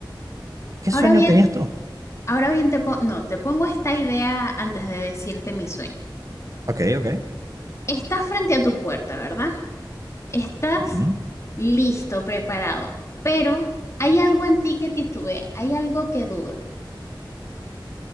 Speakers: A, on the right; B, on the left.
A: ¿Qué
B: Ahora
A: sueño
B: bien,
A: tenías tú?
B: Ahora bien, te po- no, te pongo esta idea antes de decirte mi sueño.
A: Ok, ok.
B: Estás frente a tu puerta, ¿verdad? Estás
A: Ujú.
B: listo, preparado, pero hay algo en ti que titubea, hay algo que duda,